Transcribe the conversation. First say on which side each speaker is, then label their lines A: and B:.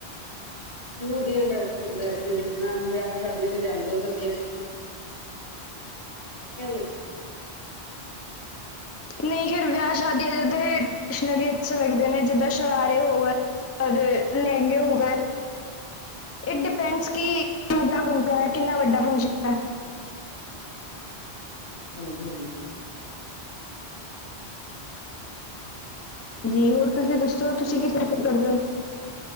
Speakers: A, on the left (about 80°); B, on the left (about 20°).
A: ਇਹੋ ਜਿਹੀਆਂ ਡ ਡਰੈਸਿਸ ਜਿਸ ਤਰ੍ਹਾਂ ਵਿਆਹ ਸ਼ਾਦੀਆਂ ਤੇ ਜਾਂਦੇ ਹੋ ਤੇ ਫਿਰ <unintelligible>
B: ਨਹੀਂ ਫੇਰ ਵਿਆਹ ਸ਼ਾਦੀ ਅਜੇ ਤੇ ਸ਼ਨੀਲ ਅੱਛੇ ਲੱਗਦੇ ਨੇ ਜਿੱਦਾਂ ਸ਼ਰਾਰੇ ਹੋ ਗਏ। ਔਰ ਲਹਿੰਗੇ ਹੋ ਗਏ। ਇਟ ਡਿਪੈਂਡਸ ਕਿ ਦੂਜਾਕ <unintelligible> ਹੈ ਕਿੰਨਾ ਵੱਡਾ ਫਕਸ਼ਨ ਹੈ।
A: ਹਾਂਜੀ- ਹਾਂਜੀ <inaudible>
B: ਜੀ ਹੋਰ ਤੁਸੀਂ ਦੱਸੋ ਤੁਸੀਂ ਕਿ ਪ੍ਰਫਰ ਕ ਕਰਦੇ ਹੋ।